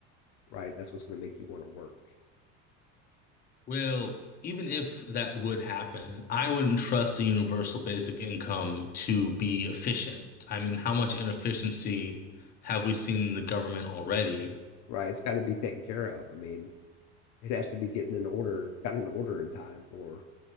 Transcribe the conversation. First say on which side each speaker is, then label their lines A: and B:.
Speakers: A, on the left; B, on the left.
A: right? That's what's going to make you want to work,
B: Well, even if that would happen, I wouldn't trust the universal basic income to be efficient. I mean, how much inefficiency have we seen in the government already?
A: right? It's got to be taken care of. I mean, it has to be getting in order, got in order in time for